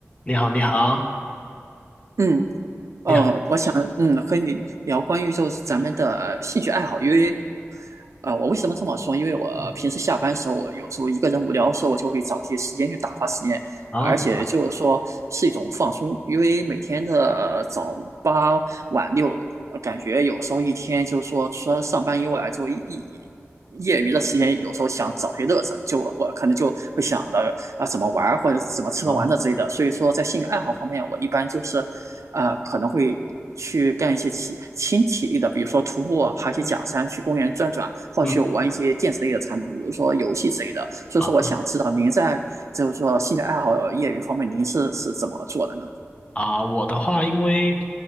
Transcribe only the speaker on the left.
你好，你好，
你好，
嗯
啊，
嗯
啊，
嗯
嗯
啊
啊，我的话，因为